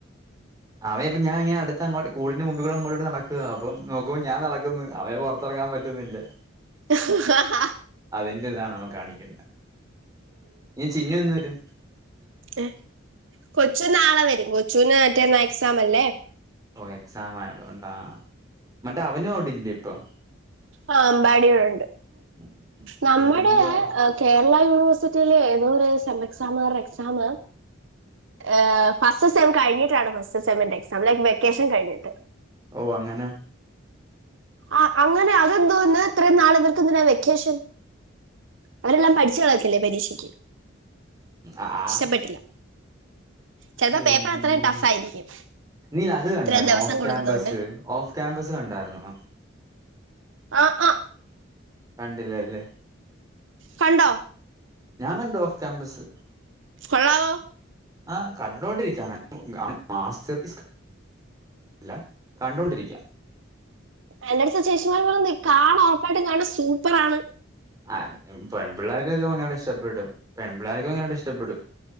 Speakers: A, on the right; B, on the right.
A: അവയ ഇപ്പ ഞാൻങ്ങനെ അടുത്തോ അങ്ങോട്ട് കൂടിന്റെ മുമ്പികൂടെങ്ങോട്ട നടക്ക അപ്പൊ നോക്കുമ്പോ ഞാ നടക്കുന്നു അവയെ പുറ ക്കാൻ പറ്റുന്നില്ല
B: ആഹ്
A: ൻ്റെതാണ് അവൻ കാണിക്കുന്നെ ഇ ചിന്നുവെന്ന് വരു
B: ഏഹ് കൊച്ചു നാളെ വരും കൊച്ചുന് മറ്റേന്നാ എക്സാം അല്ലേ
A: ഓ എക്സാം ആയതോണ്ടാ മറ്റേ അവനും അവിടില്ലേ ഇപ്പൊ?
B: ആ അമ്പാടിവ്ടണ്ട്
A: ഉം.
B: നമ്മുടെ
A: പിന്നെന്താ
B: കേ രളാ യൂണിവേഴ്സിറ്റിയില് ഏതോ ഒരു സെം എക്സാമ് പറഞ്ഞ എക്സാം ഏഹ് ഫസ്റ്റ് സെം കഴിഞ്ഞിട്ടാണ് ഫസ്റ്റ് സെമിന്റെ എക്സാം ലൈക് വെക്കേഷൻ കഴിഞ്ഞിട്ട്
A: ഓ അങ്ങനെ
B: ആഹ് അങ്ങനെ അതെന്തോന്ന് ഇത്ര നാള് ഇവർക്ക് എന്തിനാ വെക്കേഷൻ. അവരെല്ലാം പഠിച്ചു കളയത്തില്ലേ പരീക്ഷയ്ക്ക്
A: ആഹ്
B: ഇഷ്ടപ്പെട്ടില്ല ചിലപ്പോ
A: പിന്നെ
B: പേപ്പർ അത്രയും ടഫ് ആയിരിക്കും
A: നീ അത് കണ്ടാരുന്നു
B: ഇത്രയും ദിവസം
A: ഓഫ്
B: കൊടുക്കുന്നോണ്ട്
A: ക്യാമ്പസ് ഓഫ് ക്യാമ്പസ് കണ്ട- കണ്ടായിന്നു -
B: ആഹ ആഹ
A: കണ്ടില്ലാരുന്നു
B: കണ്ടോ
A: ഞാൻ കണ്ട് ഓഫ് ക്യാമ്പസ്
B: കൊള്ളാവോ
A: ആഹ് കണ്ടോണ്ടിരിക്കാം അങ്ങനെ മാസ്റ്റസ്- ല്ല കണ്ടൊണ്ടിരിക്കാം-
B: എന്റെടുത്ത് ചേച്ചിമാര് പറഞ്ഞ്നീ കാണ ഒറപ്പായിട്ടും കാണും സൂപ്പർ ആണ്-
A: ആഹ് പെൺപിള്ളേർക്കൊക്കെ ഭയങ്കരാട്ട് ഇഷ്ടപ്പെടും പെൺപിള്ളേർക്ക് ഭയരട്ട് ഇഷ്ടപ്പെടും-